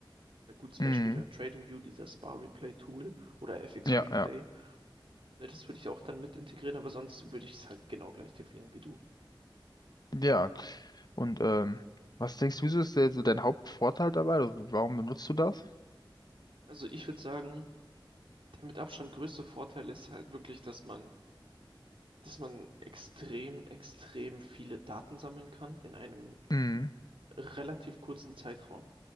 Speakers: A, on the right; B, on the left.
A: Ein gutes Beispiel
B: mhm.
A: wäre TradingView, dieses Bar replay tool oder FX-Replay
B: Ja, ja.
A: Ne, das würde ich auch dann mit integrieren, aber sonst würde ich es halt genau gleich definieren wie du.
B: Ja. Und ähm, was denkst du, ist der, so dein Hauptvorteil dabei? Also, warum benutzt du das?
A: Also ich würde sagen, der mit Abstand größte Vorteil ist halt wirklich, dass man, dass man extrem, extrem viele Daten sammeln kann in einem
B: Mhm.
A: relativ kurzen Zeitraum.